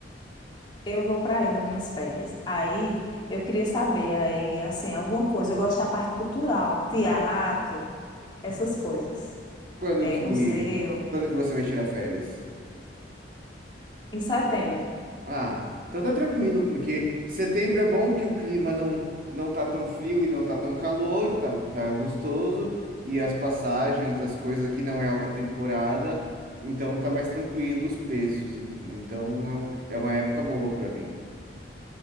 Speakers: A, on the left; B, on the right.
A: Eu vou para aí nas minhas férias. Aí eu queria saber aí assim alguma coisa. Eu gosto da parte cultural, teatro, essas coisas.
B: Quando
A: É,
B: que,
A: museu.
B: quando que você vai tirar férias?
A: Em setembro.
B: Ah, então tá tranquilo, porque setembro é bom que o clima não, não tá tão frio e não tá tão calor, tá, tá gostoso. E as passagens, as coisas aqui não é alta temporada, então tá mais tranquilo os preços. en- Então é um- é uma época boa para vir.